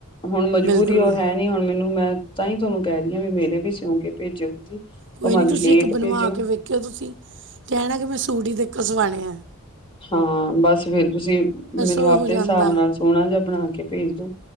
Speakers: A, on the left; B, on the right.
A: ਹੁਣ ਮਜਬੂਰੀ
B: ਬਿਲਕੁਲ
A: ਉਹ
B: ਬਿਲ-
A: ਹੈ ਨੀ ਹੁਣ ਮੈਨੂੰ ਮੈਂ ਤਾਂ ਹੀ ਥੋਨੂੰ ਕਹਿ ਰੀ ਵੀ ਮੇਰੇ ਵੀ ਸਿਉਂ ਕੇ ਭੇਜਿਓ ਤੁਸੀਂ
B: ਕੋਈ
A: ਭਾਵੇਂ
B: ਨਹੀਂ ਤੁਸੀਂ
A: ਲੇਟ
B: ਇੱਕ ਬਣਵਾ
A: ਭੇਜਿਓ
B: ਕੇ ਵੇਖਿਓ ਤੁਸੀਂ, ਕਹਿਣਾ ਕਿ ਮੈਂ ਸੂਟ ਹੀ ਤੇਤੋ ਸਵਾਣੇ ਐ।
A: ਹਾਂ ਬਸ ਫੇਰ ਤੁਸੀਂ ਮੈਨੂੰ
B: ਉਹ
A: ਆਪਦੇ
B: ਹੋ ਜਾਂਦਾ
A: ਹਿਸਾਬ ਨਾਲ ਸੋਹਣਾ ਜਾ ਬਣਾ ਕੇ ਭੇਜ ਦੋ,